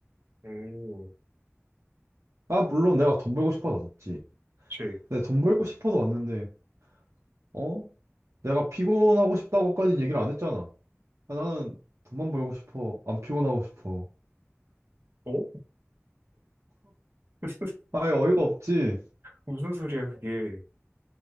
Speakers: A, on the right; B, on the right.
A: 음,
B: 아, 물론 내가 돈 벌고 싶어서 왔지.
A: 그치.
B: 내가 돈 벌고 싶어서 왔는데, 어? 내가 피곤하고 싶다고까지는 얘기를 안 했잖아. 아, 나는 돈만 벌고 싶어. 안 피곤하고 싶어.
A: 어? <laughs>
B: 아예 어이가 없지.
A: 무슨, 무슨 소리야, 그게.